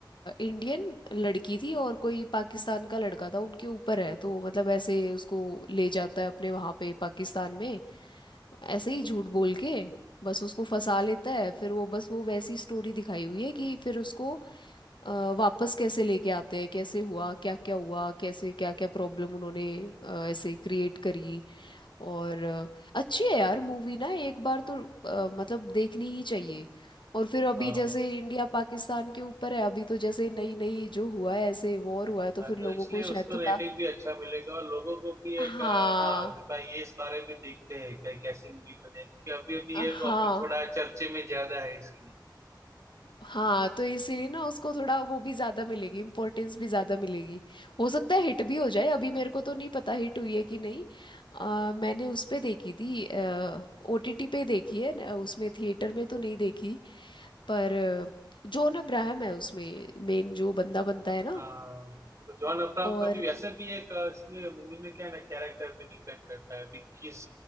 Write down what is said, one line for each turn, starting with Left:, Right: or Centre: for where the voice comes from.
Left: इंडियन लड़की थी और कोई पाकिस्तान का लड़का था उनके ऊपर है तो मतलब ऐसे उसको ले जाता है अपने वहाँ पे पाकिस्तान में ऐसे ही झूठ बोल के बस उसको फंसा लेता है फिर वो बस वो वैसी स्टोरी दिखाई हुई है कि फिर उसको अ, वापस कैसे लेके आते हैं कैसे हुआ क्या क्या हुआ कैसे क्या क्या प्रॉब्लम उन्होंने अ, ऐसे क्रिएट करी और अ, अच्छी है यार मूवी ना एक बार तो अ, मतलब देखनी ही चाहिए और फिर अभी
Right: हाँ
Left: जैसे इंडिया पाकिस्तान के ऊपर है अभी तो जैसे नई नई जो हुआ है ऐसे वॉर हुआ है तो
Right: हाँ
Left: फिर लोगों
Right: तो इसलिए
Left: को
Right: उसको
Left: शायद थोड़ा
Right: रेटिंग भी अच्छा मिलेगा और लोगों को भी
Left: हाँ
Right: एक अ, हाँ भाई ये इस बारे में देखते हैं कि कैसी मूवी बने क्योंकि अभी अभी
Left: हाँ
Right: ये टॉपिक थोड़ा चर्चे में ज्यादा है इसलिए
Left: हाँ तो इसीलिए ना उसको थोड़ा वो भी ज्यादा मिलेगी इम्पोर्टेंस भी ज्यादा मिलेगी हो सकता है हिट भी हो जाए अभी मेरे को तो नहीं पता हिट हुई है कि नहीं अ, मैंने उस पे देखी थी ओटीटी पे देखी है न- उसमें थिएटर में तो नहीं देखी पर अ, जॉन अब्राहम है उसमें मेन जो बंदा बनता है ना
Right: हाँ, तो जॉन अब्राहम
Left: और
Right: का भी वैसे भी एक अ, इसमें मूवी में क्या है ना कैरेक्टर पे डिपेंड करता है कि किस